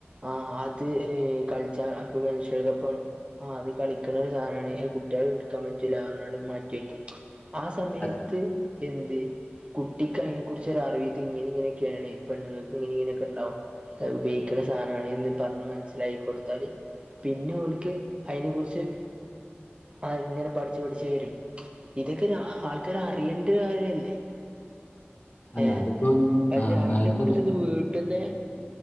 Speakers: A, on the right; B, on the left.
A: ആഹ് അത് അ് കളിച് പ്പ മെൻഷ്യൽ കപ്പാണ് ആഹ് അത് കളിക്ക്ണ സാനാണ് എ കുട്യേള് ട്ക്കാമ്പറ്റൂല്ലാർഞാണ്ട് മാറ്റി വെക്കും ആ സമയത്ത്
B: അതെ.
A: എന്ത്‌ കുട്ടിക്കയ്നെ കുറിച്ച് ഒരറിവിത്തി ങ്ങനെ ഇങ്ങനെക്കെണ് പെണ്ണ്ങ്ങക്ക് ഇങ്ങനി ഇങ്ങനെക്കെണ്ടാവും അഅ്ബേഗിക്ക്ണ സാനാണ്ന്ന് പർഞ്ഞ് മനസ്സിലായികൊട്ത്താളി പിന്നെ ഓൽക്ക് അയ്നെ കുറിച്ച് ആഹ് ഇങ്ങനെ പഠിച്ചു പഠിച്ചു വേരും ഇതൊക്കെന് ഹ ആൾക്കാര് അറിയണ്ടോരു കാര്യല്ലേ
B: അല്ല
A: ഏഹ്
B: അതിപ്പോ
A: പഷേ
B: ആഹ്
A: അയിനെ
B: നേരത്തെ
A: കുറിച്ചൊന്നു
B: പ
A: വീട്ടിന്ന്